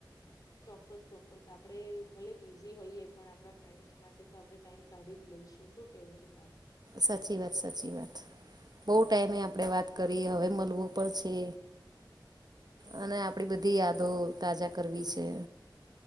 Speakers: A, on the left; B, on the right.
A: ચોક્કસ ચોક્કસ આપણે ભલે બિઝી હોઈએ પણ આપણા ફ્રેન્ડ્સ માટે તો આપણે ટાઈમ કાઢી જ લઈશું શું કેવું છે તારું
B: સાચી વાત સાચી વાત. બહુ ટાઈમે આપણેે વાત કરી હવે મળવું પડશે. અને આપડી બધી યાદો તાજા કરવી છે.